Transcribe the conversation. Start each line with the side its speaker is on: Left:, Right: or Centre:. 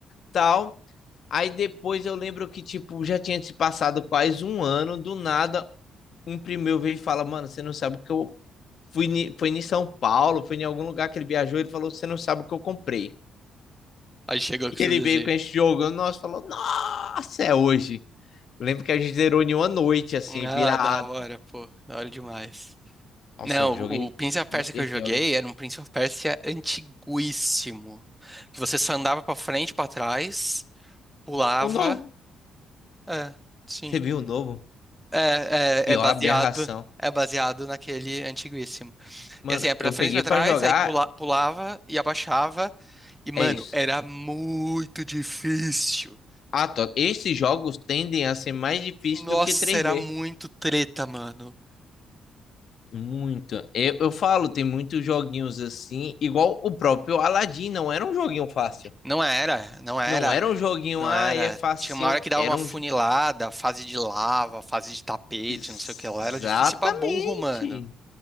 Left: tal. Aí depois eu lembro que, tipo, já tinha se passado quase um ano, do nada, um primeiro veio e fala, mano, você não sabe o que eu fui, ni- foi em São Paulo, foi em algum lugar que ele viajou, ele falou, você não sabe o que eu comprei.
Centre: aí chegou
Left: E
Centre: que fazia.
Left: ele veio com esse jogo, nós falou, nossa, é hoje. Eu Lembro que a gente zerou em uma noite, assim,
Centre: Ah,
Left: virado.
Centre: da hora, pô, da hora demais.
Left: Nossa,
Centre: Não,
Left: eu joguei
Centre: o o Prince of Persia
Left: esse
Centre: que eu joguei
Left: jogo antes.
Centre: era um Prince of Persia antiguíssimo. Que você só andava pra frente e pra trás, pulava.
Left: O novo.
Centre: É, sim.
Left: Você viu o novo?
Centre: É,
Left: Pior
Centre: é, é baseado.
Left: aberração.
Centre: É baseado naquele antiguíssimo.
Left: Mano,
Centre: E assim, é pra
Left: eu
Centre: frente
Left: peguei
Centre: e pra trás,
Left: pra jogar,
Centre: aí pula- pulava e abaixava. E, mano,
Left: é isso.
Centre: era muito difícil.
Left: Ah, tô. Esses jogos tendem a ser mais difíceis
Centre: Nossa,
Left: do que 3D.
Centre: era muito treta, mano.
Left: Muito. Eu, eu falo, tem muitos joguinhos assim, igual o próprio Aladdin, não era um joguinho fácil.
Centre: Não era, não era,
Left: Não era um joguinho,
Centre: não
Left: ah,
Centre: era.
Left: é facinho.
Centre: Tinha uma hora que dava
Left: Era
Centre: uma
Left: um.
Centre: funilada,
Left: jo-
Centre: fase de lava, fase de tapete,
Left: Exatamente.
Centre: não sei o que lá. Era difícil pra burro, mano.